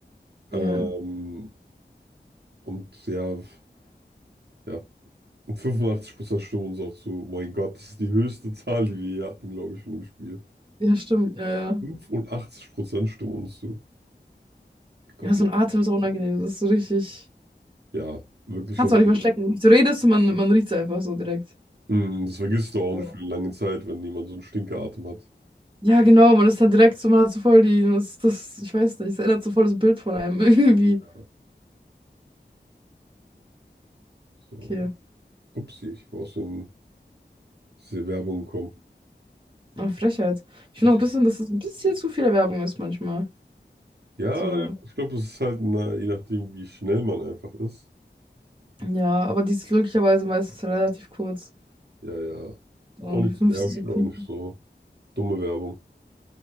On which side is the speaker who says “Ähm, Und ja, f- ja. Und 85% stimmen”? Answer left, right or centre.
Right